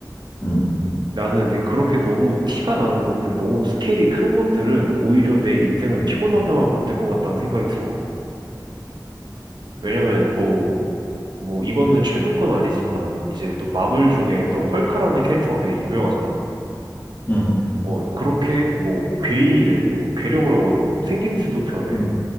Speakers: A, on the left; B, on the right.
A: 음,
B: 나는 근데 그렇게 너무 티가 나는 것들, 너무 스케일이 큰 것들은 오히려 내 인생을
A: 음,
B: 피곤하게만 만들 것 같다는 생각이 들어. 왜냐면 뭐 뭐 이거는 최근 건 아니지만 이제 또 마블 중에 또 헐크라는 캐릭터가 되게 유명하잖아.
A: 음,
B: 어 그렇게 뭐 괴인이 돼, 뭐 괴력을 얻어, 생김새도 변해.
A: 음,